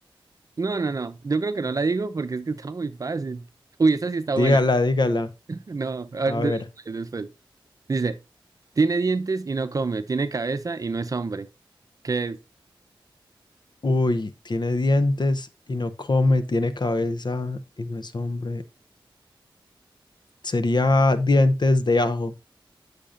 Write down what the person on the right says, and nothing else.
No, no, no. Yo creo que no la digo porque es que está muy fácil. Uy, esta sí está
buena.
<laughs> No, a
ver, después,
después. Dice, tiene dientes y no come, tiene cabeza y no es hombre. ¿Qué es,